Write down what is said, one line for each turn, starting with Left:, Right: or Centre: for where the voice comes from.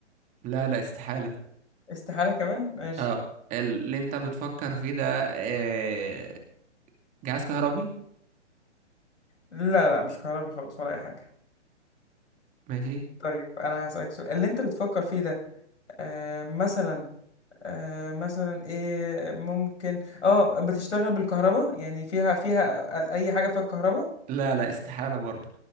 Right: لا لا استحالة
Left: استحالة كمان ماشي
Right: اه اللي انت بتفكر فيه ده آه، جهاز كهربي
Left: لا لا مش كهربي خالص ولا اي حاجه
Right: ماشي
Left: طيب انا هسألك سؤال اللي انت بتفكر فيه ده آه مثلا آه مثلا ايه ممكن اه بتشتغل بالكهرباء يعني فيها فيها أ- اي حاجه فيها الكهرباء
Right: لا لا استحالة برضو